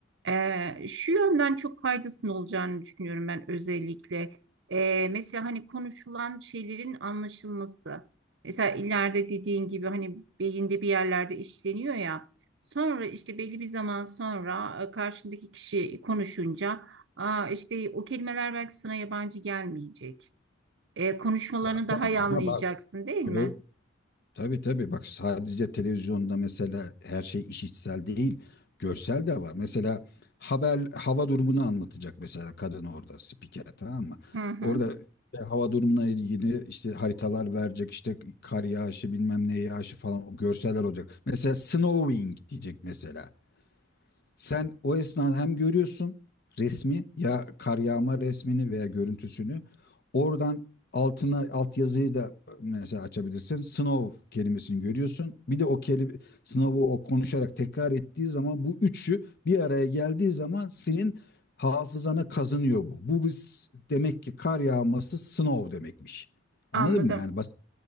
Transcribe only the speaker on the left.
Zaten
ama
bak
ö- Tabii tabii bak sadece televizyonda mesela her şey işitsel değil görsel de var. Mesela haber hava durumunu anlatacak mesela kadın orada spiker tamam mı?
Orada işte hava durumuna ilgili işte haritalar verecek işte kar yağışı bilmem ne yağışı falan o görseller olacak. Mesela snowing diyecek mesela. Sen o esnada hem görüyorsun resmi ya kar yağma resmini veya görüntüsünü oradan altına alt yazıyı da mesela açabilirsin. Snow kelimesini görüyorsun. Bir de o kelime Snow'u o konuşarak tekrar ettiği zaman bu üçü bir araya geldiği zaman senin hafızana kazınıyor bu. Bu biz demek ki kar yağması snow demekmiş.
Anladın mı? Yani basit,